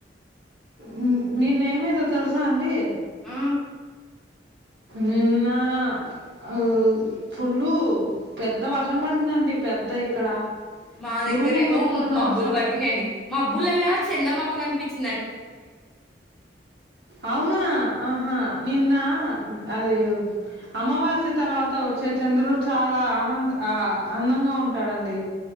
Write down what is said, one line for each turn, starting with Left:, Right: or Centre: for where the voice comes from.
Right: నిన్ నిన్న ఏమే ఏదో తెల్సా అండి
Centre: ఆ!
Right: నిన్న అవు ఫుల్లు పెద్ద వర్షం పడిందండి పెద్ద ఇక్కడ
Centre: మా దగ్గర
Right: ఉరుములతో
Centre: ఏమో
Right: కూడిన
Centre: మ్మ్ మబ్బులు
Right: వర్షం
Centre: బట్టినై అండి మబ్బులలో చందమామ కనిపించ్
Right: అవునా ఆహా నిన్న అది అమావాస్ త్రి తర్వాత ఒచ్చే
Centre: హ్మ్.
Right: చంద్రుడ్ చాలా ఆనంద్ ఆ అందంగా ఉంటాడండి